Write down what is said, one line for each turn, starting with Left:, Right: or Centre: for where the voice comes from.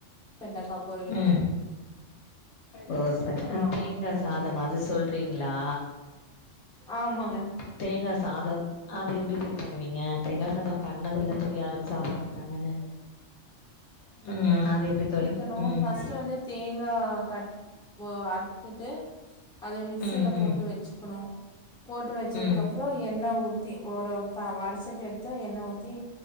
Centre: வெண்டக்கா பொரியிலு
Left: ம் ஓ சரி அந்தேங்கா
Centre: ஆமாங்க தோழி
Left: சாதம் அது சொல்றீங்ளா
Centre: ஆமாங்க
Left: தேங்கா சாதோ அது எப்பிடி தோழி பண்ணுவீங்க தேங்கா சாதம் பண்ணதுல்ல தோழி யாரு சாப்ட மாட்டாங்கன்னு ம் அது எப்பிடி தோழி
Centre: க்ணு
Left: ம்
Centre: ஃபஸ்ட்டு வந்து தேங்கா கட் ஓ அறுத்துட்டு அதை மிக்சில
Left: ம் ம்
Centre: போட்டு வச்சுக்கணு போட்டு வச்சதுக்கப்
Left: ம்
Centre: றோ எண்ண ஊத்தி ஒரு ஒரு ஃப வடச்சட்டி எடுத் து எண்ண ஊத்தி